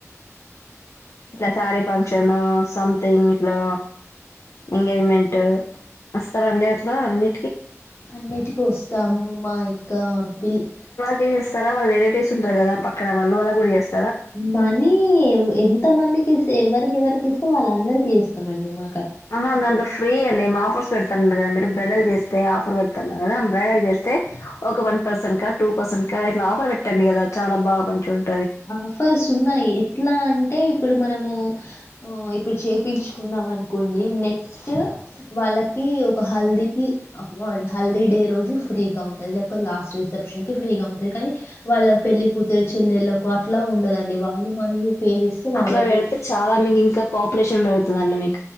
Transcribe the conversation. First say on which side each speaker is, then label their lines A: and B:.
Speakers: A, on the left (about 70°); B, on the left (about 50°).
A: ఇలా శారీ ఫంక్షన్ సంథింగ్ ఇట్లా ఎంగేజ్మెంట్ వస్తారండి అట్లా అన్ని
B: అన్నటికి వోస్ తాము మా కా పిల్
A: కే చేస్తారా వాళ రిలేటివ్స్ ఉంటారు కదా పక్కన వాళు వాళ్ళ కూడా చేస్
B: మనీ ఎంత మందికి ఇస్ ఎవరికి ఎవరికి ఇస్ వాళ్ళందరికీ ఏస్తామండి మా
A: ఆహా దాంట్లో ఫ్రీ అండి మా ఆఫర్స్ పెడతన్నార్ కదా మీర్ బ్రైడల్ చేస్తే ఆఫర్ పెడతున్నా కదా బ్రైడల్ చేస్తే ఒక వన్ పర్సన్ కా టూ పర్సన్ కా ఇట్ల ఆఫర్ పెట్టండి కదా చాల బాగా మంచిగా ఉ
B: ఆఫర్స్ ఉన్నాయి ఎట్లా అంటే ఇప్పుడు మనము ఆ ఇప్పుడు చేపించుకున్నాం అనుకోండి నెక్స్ట్ వాళ్ళ కి ఒక హల్దికిప్పు <unintelligible> హల్దీ డే రోజు ఫ్రీ గా ఉంటుంది, లేకపోతే లాస్ట్ రిసెప్షన్ కి ఫ్రీగా ఉంటుంది, కానీ వాళ్ళ పెళ్లి కూతురు చెల్లెళ్ళ అట్లా ఉండదండి వాళ్ళు మనేది పే చేస్తే వాళ్ళ
A: అట్లా
B: బూ
A: పెడితే చాలా మీకు ఇంకా పాపులేషన్ పెరుగుతుందండి మీకు